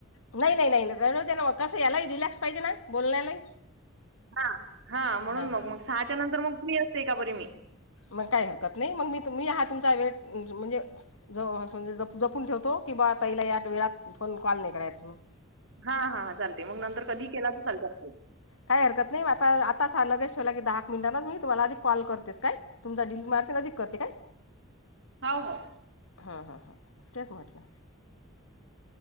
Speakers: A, on the left; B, on the right.
A: नाही, नाही, नाही, नाही राहु द्या ना मग कसं यालाही रिलॅक्स पाहिजे ना बोलण्यालाही.
B: हा, हा म्हणून
A: हां
B: मग,
A: हां
B: मग सहाच्या नंतर मग फ्री असते एका परी मी.
A: मग काही हरकत नाही मग मी तुम्ही हा तुमचा वेळ म्हणजे. जवा जपून ठेवतो किंवा आता ताईला या वेळात फोन कॉल नाही करायच म्हणून.
B: हा, हा चालते मग नंतर कधीही केला तर चालत असते.
A: काही हरकत नाही आता, आताच लगेच ठेवला की दहा, एक मिनिटांच मी तुम्हाला आधी कॉल करतेस काय. तुमचा डिम मारते आधीक करतेय काय?
B: हाव, हाव.
A: ह, ह, ह तेच म्हटलं.